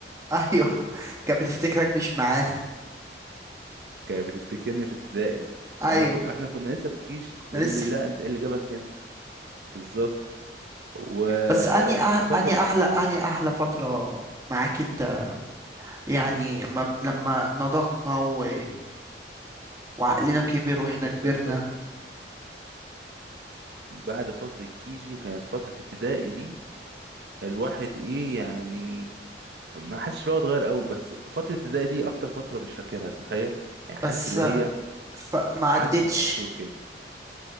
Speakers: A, on the right; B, on the right.
A: ايوه كانت بتفتكرك مش معانا
B: كانت بتفتكرني في ابتدائي
A: <laughs> ايوه
B: وانا كنت احنا كنا لسه في كيشي تقول
A: كنا لسه
B: لي لا انت ايه اللي جابك هنا بالظبط و...
A: بس اني أه...
B: وفاكر
A: اني احلى اني احلى فتره معاك انت يعني لما لما نضجنا و... وعقلنا كبر واحنا
B: بص
A: كبرنا
B: يا اسطى بعد فترة كيجي كانت فترة ابتدائي دي الواحد ايه يعني ما حاسس ان هو اتغير قوي بس فتره الابتدائي دي اكتر فتره مش فاكرها تخيل يعني حاسس
A: بس
B: اللي هي
A: ف...
B: ع-
A: ما
B: عدت
A: عدتش
B: على طول كده